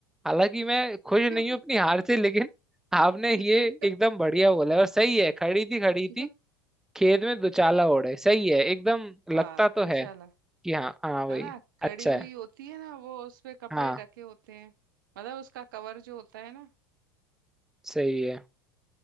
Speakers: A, in the centre; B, on the right.
A: हालांकि मैं खुश
B: क्यों
A: नहीं हूं अपनी हार से लेकिन आपने ये
B: <laughs>
A: एकदम बढ़िया बोला है और सही है खड़ी थी खड़ी थी
B: क्यों
A: खेत में दुचाला ओढ़े सही है एकदम
B: हाँ
A: लगता तो
B: दुशाला
A: है कि हाँ हाँ भाई
B: है ना
A: अच्छा
B: खड़ी हुई
A: है
B: होती है ना वो उस पे कपड़े
A: हाँ
B: ढके होते हैं मतलब उसका कवर जो होता है ना
A: सही है